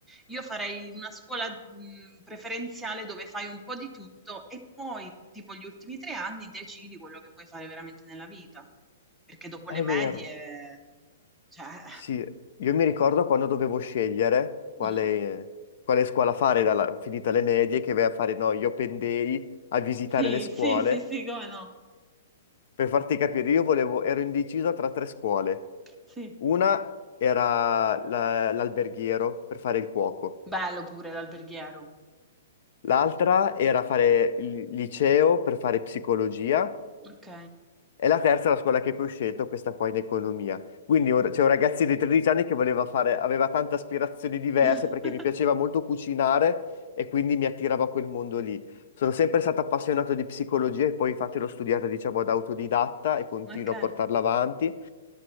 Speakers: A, in the centre; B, on the left.
A: Io farei una scuola, mh, preferenziale dove fai un po' di tutto e poi, tipo gli ultimi tre anni, decidi quello che vuoi fare veramente nella vita. Perché dopo
B: È
A: le medie,
B: vero.
A: cioè...
B: Sì, io mi ricordo quando dovevo scegliere quale,
A: mm.
B: quale scuola fare, dalla, finita le medie, che vai a fare, no, io pendei a visitare
A: Sì,
B: le scuole.
A: sì, sì, sì, come no?
B: Per farti capire, io volevo, ero indeciso tra tre scuole.
A: Sì.
B: Una era la- l'alberghiero per fare il cuoco,
A: Bello pure l'alberghiero.
B: l'altra era fare il liceo per fare psicologia
A: Ok.
B: E la terza è la scuola che poi ho scelto, questa qua in economia. Quindi un- c'è un ragazzino di 13 anni che voleva fare, aveva tante aspirazioni diverse
A: <laughs>
B: perché mi piaceva molto cucinare e quindi mi attirava quel mondo lì. Sono sempre stato appassionato di psicologia e poi infatti l'ho studiata, diciamo, ad autodidatta e continuo
A: Ok.
B: a portarla avanti.